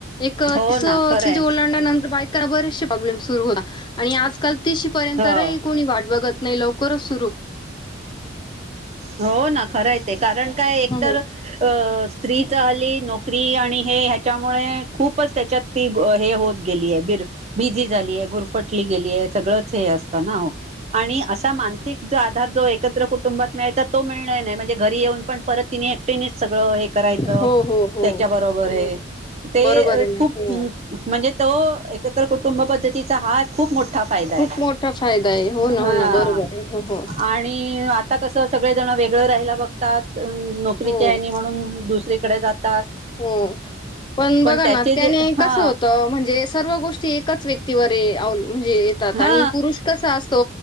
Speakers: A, on the left; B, on the right.
A: एक
B: हो
A: तिसी
B: ना खरंय
A: ओलांडल्यानंतर बाईका बरेच से प्रॉब्लेम्स सुरू होता आणि आजकाल तिशीपर्यंतही
B: हो
A: पर्यंत कोणी वाट बघत नाही लोक. करूस
B: हो ना खरय ते कारण काय एक
A: हो
B: तर स्त्रीच हल्ली नोकरी आणि त्यामुळे खूपच त्याच्यात ती हे होत गेलीय बि बिझी झालीय गुरफटली गेलीय सगळंच हे असतं ना आणि असा मानसिक आधार जो एकत्र कुटुंबात मिळायचा तो मिळेन नाही म्हणजे घरी येऊन पण परत तीने एकटीने सगळं हे करायचं
A: हो हो
B: त्याच्याबरोबर
A: हो
B: ते
A: बरोबर आहे ना
B: खरं
A: हो.
B: म्हणजे तो एकत्र कुटुंब पद्धतीचा हा खूप मोठा फायदा
A: खूप
B: आहे
A: मोठा फायदा आहे हो
B: हा.
A: ना हो ना बरोबर आहे हो हो
B: आणि आता कसं सगळं जण वेगळं राहिला बघतात. नोकरीच्याहेनी
A: हो
B: म्हणून दुसरी कडे जात
A: हो पण बघा
B: त्याचे
A: ना त्याने
B: जे हा
A: कस होत म्हणजे सर्व गोष्टी एकाच व्यक्तीवर अवलंबून म्हणजे येतात
B: हा
A: आणि पुरुष कसा असतो